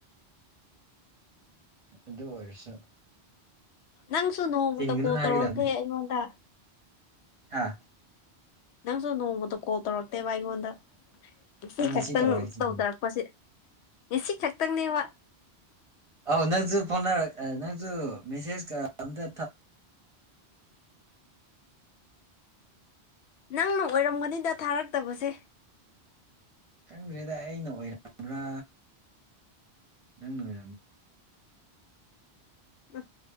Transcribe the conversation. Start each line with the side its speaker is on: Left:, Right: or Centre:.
Right: ꯑꯗꯨ ꯑꯣꯏꯔꯁꯨ
Left: ꯅꯪꯁꯨ ꯅꯣꯡꯃꯇ
Right: ꯆꯤꯟꯒꯅꯨ
Left: ꯀꯣꯜ
Right: ꯍꯥꯏꯒꯗꯕꯅꯤ
Left: ꯇꯧꯔꯛꯇꯦ ꯑꯩꯉꯣꯟꯗ
Right: ꯍꯥꯥ
Left: ꯅꯪꯁꯨ ꯅꯣꯡꯃꯗ ꯀꯣꯜ ꯇꯧꯔꯛꯇꯦꯕ ꯑꯩꯉꯣꯟꯗ ꯁꯤ
Right: ꯑꯩ ꯉꯁꯤ
Left: ꯈꯛꯇꯪ
Right: ꯇꯧꯔꯛꯏꯁꯤꯗꯤ
Left: ꯇꯧꯊꯔꯛꯄꯁꯦ ꯉꯁꯤ ꯈꯛꯇꯪꯅꯦꯕ
Right: ꯑꯧ ꯅꯪꯁꯨ ꯐꯣꯟꯅꯔꯛ ꯅꯪꯁꯨ ꯃꯦꯁꯦꯖ ꯀ ꯑꯝꯇ
Left: ꯅꯪꯅ ꯑꯣꯏꯔꯝꯒꯅꯤꯗ ꯊꯥꯔꯛꯇꯕꯁꯦ
Right: ꯈꯪꯗ꯭ꯔꯦꯗ ꯑꯩꯅ ꯑꯣꯏꯔꯕ꯭ꯔꯥ ꯅꯪꯅꯨꯡꯣꯏ
Left: ꯎꯝ